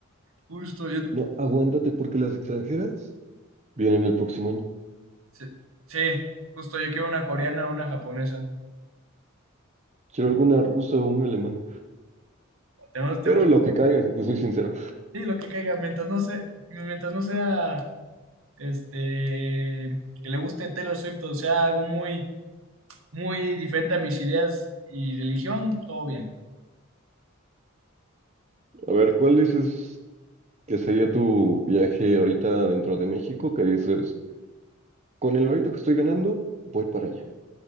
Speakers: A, on the right; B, on the right.
A: Justo, yo.
B: No, aguántate porque las extranjeras vienen el próximo año.
A: Sí, sí, justo yo quiero una coreana o una japonesa.
B: Quiero alguna rusa o una alemana.
A: Tenemos, tenemos,
B: Pero lo que caiga, si te soy sincero.
A: sí, lo que caiga, mientras no sea, mientras no sea, este, que le guste Taylor Swift o sea algo muy, muy diferente a mis ideas y religión, todo bien.
B: A ver, ¿cuál dices que sería tu viaje ahorita dentro de México? Que dices, con el barito que estoy ganando, voy para allá.